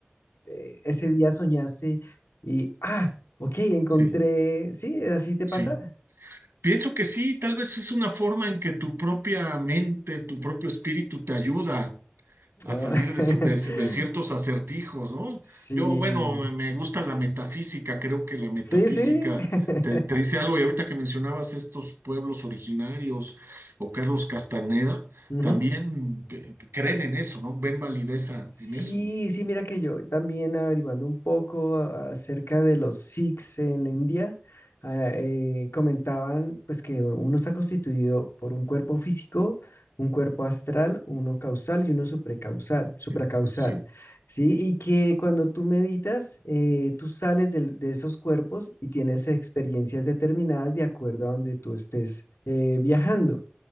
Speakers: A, on the left (about 85°); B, on the right (about 75°).
A: eh, ese día soñaste y, ah, Ok, encontré.
B: sí.
A: Sí, así te pasa.
B: sí. Pienso que sí, tal vez es una forma en que tu propia mente, tu propio espíritu te ayuda a
A: Ah,
B: salir
A: <laughs>
B: de, ci- de ci- de ciertos acertijos, ¿no?
A: Sí,
B: Yo, bueno, me me gusta la metafísica, creo que la metafísica
A: sí, sí. <laughs>
B: te, te dice algo, y ahorita que mencionabas estos pueblos originarios o Carlos Castaneda,
A: Ujú.
B: también eh, creen en eso, ¿no? Ven validez a-
A: Sí,
B: en eso. ¿no?
A: sí, mira que yo también averiguando un poco a- acerca de los Sikhs en India, ah, eh, comentaban pues que uno está constituido por un cuerpo físico, un cuerpo astral, uno causal y uno supracausal, supracausal,
B: Sí, sí,
A: ¿sí? Y que cuando tú meditas, eh, tú sales del- de, esos cuerpos y tienes experiencias determinadas de acuerdo a donde tú estés eh, viajando.